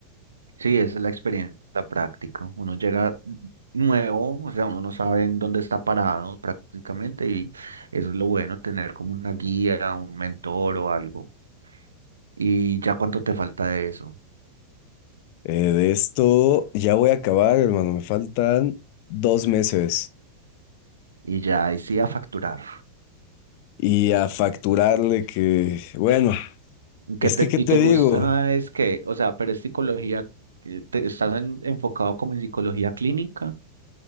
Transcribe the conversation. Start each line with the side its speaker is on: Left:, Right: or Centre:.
Right: Sí, esa es la experiencia, la práctica. Uno llega nuevo, o sea, uno no sabe en dónde está parado prácticamente y eso es lo bueno, tener como una guía, un mentor o algo. Y ya cuánto te falta de eso.
Left: Eh, de esto ya voy a acabar, hermano, me faltan dos meses.
Right: Y ya ahí sí a facturar.
Left: Y a facturarle que, bueno,
Right: ¿Qué
Left: es
Right: te,
Left: que, ¿qué
Right: y
Left: te
Right: te
Left: digo?
Right: gusta es que, o sea, pero es psicología, eh, te, estás en- enfocado como en psicología clínica?